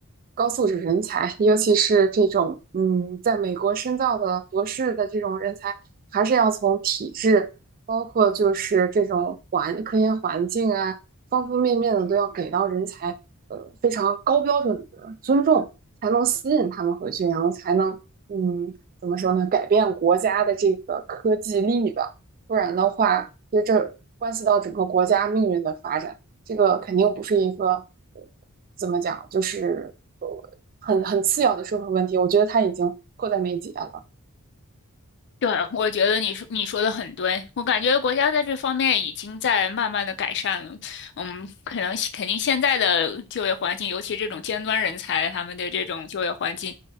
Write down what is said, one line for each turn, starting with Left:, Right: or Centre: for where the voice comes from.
Right: 高素质人才，尤其是这种嗯在美国深造的博士的这种人才，还是要从体制，包括就是这种环科研环境啊。方方面面的都要给到人才，呃，非常高标准的尊重，才能吸引他们回去，然后才能，嗯，怎么说呢，改变国家的这个科技力吧。不然的话，其实这关系到整个国家命运的发展，这个肯定不是一个，呃怎么讲，就是呃很很次要的社会问题。我觉得它已经迫在眉睫了。
Left: 对，我觉得你说你说的很对，我感觉国家在这方面已经在慢慢的改善了。嗯，可能肯定现在的就业环境，尤其这种尖端人才，他们的这种就业环境，